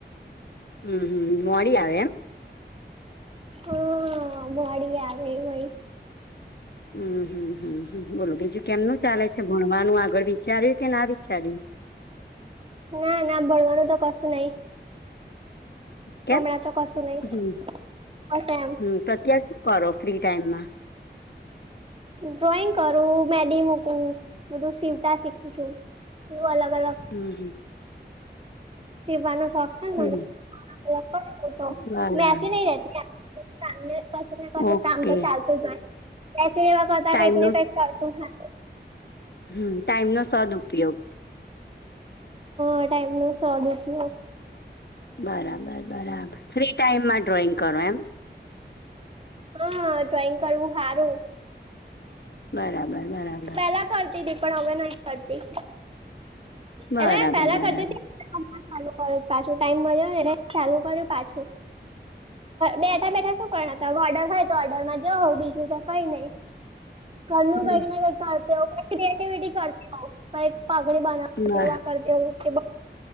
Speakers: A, on the left (about 60°); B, on the right (about 30°).
A: હમ હમ મોડી આવે એમ
B: હા મળડી આવે હોાઈ
A: હમ હમ હમ બોલો બીજું કેમનું ચાલે છે ભણવાનું આગળ વિચાર્યું કે ના વિચાર્યું
B: ના ના ભળવાનું તો કશું નઈ
A: કેમ?
B: હમણા તો કસું નહી
A: હમ્મ,
B: કસ એમ
A: હમ્મ, તો ત્યાં શું કરો ફ્રી ટાઈમમાં
B: ડ્રોઈંગ કરું મેડી મૂકું બધું સીવતા શીખું છું બું અલગ અલગ
A: હમ
B: સીવવાનો શોખ છે ને મને
A: હમ્મ.
B: તો
A: બરાબર
B: મેસી નહી રતી ક કશું ને કશું
A: ઓકે
B: કામ તો ચાલતું જ હોય પસી એવા કરતા
A: ટાઈમ
B: કઈક ને
A: નો
B: કઈક કર તું હા
A: હમ ટાાઈમનો સદ ઉપયોગ
B: અ ટાઈમ નો સો દખયો
A: બરાબર બરાબર ફ્રી ટાઈમમાં ડ્રોઈંગ કરો એમ
B: હા ડ્રોઈંગ કરવું સારું
A: બરાબર બરાબર
B: પેલા કરતી પણ હવે નહી કરતી
A: બરાબર
B: એટલે એમ પેલા
A: બરાબર
B: કરતી હતી ચાલુ કર્યો પાછું ટાઈમ મળ્યો એ ચાલુ કર્યું પાછું બેઠા બેઠા શું કરના હતા ઓર્ડર હોાય તો ઓર્ડર માં જા બીજું તો કઈ નહીિ કરલું
A: હમ
B: કંઈક ના કંઈક કરતા હો ક્રએટવિટી કરતા કઈક પાગડી બનાવતી
A: બરાબર.
B: હો કરતી હો કે